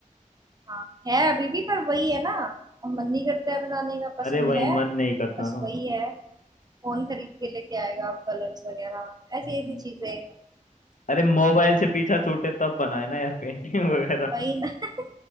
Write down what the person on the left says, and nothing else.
अरे वही
मन नहीं करता
ना
हम्म।
अरे मोबाइल से पीछा छूटे तब बनाए ना यार पेंटिंग वगैरह